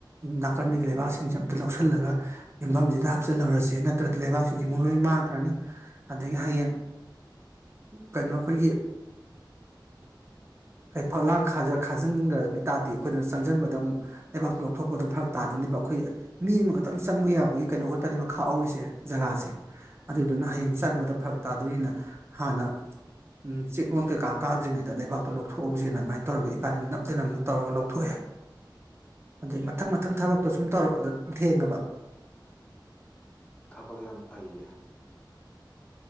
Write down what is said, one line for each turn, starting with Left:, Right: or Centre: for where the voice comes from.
Right: ꯅꯥꯀꯟꯒꯤ ꯂꯩꯕꯥꯛꯁꯤꯡꯁꯦ ꯑꯝꯇ ꯂꯧꯁꯜꯂꯒ ꯌꯨꯝꯐꯝꯁꯤꯗ ꯍꯥꯞꯆꯜꯍꯧꯔꯁꯤ ꯅꯠꯇ꯭ꯔꯗꯤ ꯂꯩꯕꯥꯛꯁꯤꯡꯁꯤ ꯑꯃꯨꯛ ꯂꯣꯏ ꯃꯥꯡꯈ꯭ꯔꯅꯤ ꯑꯗꯒꯤ ꯍꯌꯦꯡ ꯀꯩꯅꯣ ꯑꯩꯈꯣꯏꯒꯤ ꯀ ꯐꯛꯂꯥꯡ ꯈꯥꯖꯤꯟꯈ꯭ꯔꯒꯤ ꯇꯥꯔꯗꯤ ꯑꯩꯈꯣꯏꯅ ꯆꯪꯁꯤꯟꯕꯗ ꯑꯃꯨꯛ ꯂꯩꯕꯥꯛꯇꯣ ꯂꯧꯊꯣꯛꯄꯗ ꯐꯔꯛ ꯇꯥꯗꯣꯏꯅꯦꯕ ꯑꯩꯈꯣꯏ ꯃꯤ ꯑꯃꯈꯛꯇꯪ ꯆꯪꯕ ꯌꯥꯕꯒꯤ ꯀꯩꯅꯣ ꯈꯛꯇꯅꯦꯅ ꯈꯥꯛꯍꯧꯔꯤꯁꯦ ꯖꯒꯥꯁꯦ ꯑꯗꯨꯗꯨꯅ ꯍꯌꯦꯡ ꯆꯪꯕꯗ ꯐꯔꯛ ꯇꯥꯗꯣꯏꯅꯤꯅ ꯍꯥꯟꯅ ꯆꯤꯛꯂꯣꯟ ꯀꯩꯀꯥ ꯀꯥꯗ꯭ꯔꯤꯉꯩꯗ ꯂꯩꯕꯥꯛꯇꯣ ꯂꯧꯊꯣꯛꯍꯧꯁꯦꯅ ꯑꯗꯨꯃꯥꯏꯅ ꯇꯧꯔꯒ ꯏꯕꯥꯅꯤꯅ ꯅꯞꯗꯅ ꯑꯃꯨꯛ ꯇꯧꯔꯒ ꯂꯧꯊꯣꯛꯑꯦ ꯑꯗꯩ ꯃꯊꯪ ꯃꯊꯪ ꯊꯕꯛꯇꯣ ꯁꯨꯝ ꯇꯧꯔꯛꯄꯗ ꯑꯗꯨꯝ ꯊꯦꯡꯉꯕ
Left: ꯊꯥꯕꯛ ꯌꯥꯝ ꯐꯩꯏꯌꯦ